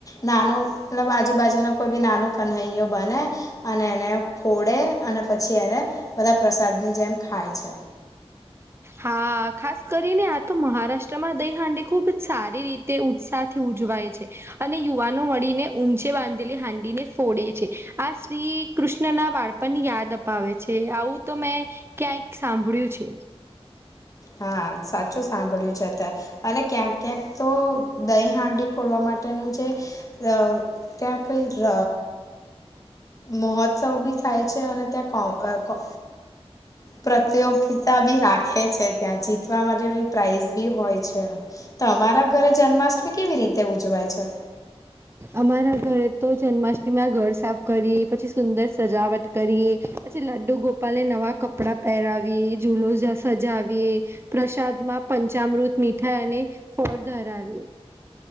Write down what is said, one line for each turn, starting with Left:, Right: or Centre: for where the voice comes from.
Left: નાનો મતલબ આજુબાજુનો કોઈ બી નાનો કન્હૈયો બને અને એને ફોડે અને પછી એને બધા પ્રસાદ ની જેમ ખાય છે.
Right: હા ખાસ કરીને આ તો મહારાષ્ટ્રમાં દઈહાંડી ખુબ જ સારી રીતે ઉત્સાહથી ઉજવાય છે અને યુવાનો મળીને ઊંચે બાંધેલી હાંડી ને ફોડે છે. આ શ્રી કૃષ્ણ ના વાળપણ યાદ અપાવે છે આવું તો મેં ક્યાંય સાંભળ્યું છે.
Left: હા સાચું સાંભળ્યું છે તે. અને ક્યાંક ક્યાંક તો દહી હાંડી ફોડવા માટેનું જે ર ત્યાં કઈ ર મહોત્સવ બી થાય છે અને ત્યાં કો અ કો પ્રતિયોગતા બી રાખે છે ત્યાં જીતવા માટે પ્રાઇઝ બી હોય છે તમારા ઘરે જન્માષ્ટમી કેવી રીતે ઉજવાય છે
Right: અમારા ઘરે તો જન્માષ્ટમીમાં ઘર સાફ કરીએ પછી સુંદર સજાવટ કરીએ પછી લડ્ડુ ગોપાલ નવા કપડા પહેરાવીએ જુલો સજાવીએ પ્રસાદ માં પંચામૃત મીઠાઈ અને ફળ ધરાવીએ